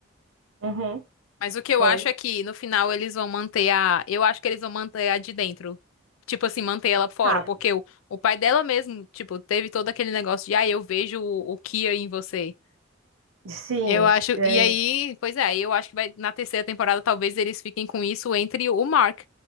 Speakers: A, on the right; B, on the left.
A: Uhum,
B: Mas o que
A: foi.
B: eu acho é que no final eles vão manter a. Eu acho que eles vão manter a de dentro. Tipo assim, manter ela fora.
A: Ah,
B: Porque o, o pai dela mesmo, tipo, teve todo aquele negócio de, ah, eu vejo o, o Kia em você.
A: sim.
B: Eu acho.
A: É,
B: E aí, pois é, eu acho que vai, na terceira temporada talvez eles fiquem com isso entre o Mark.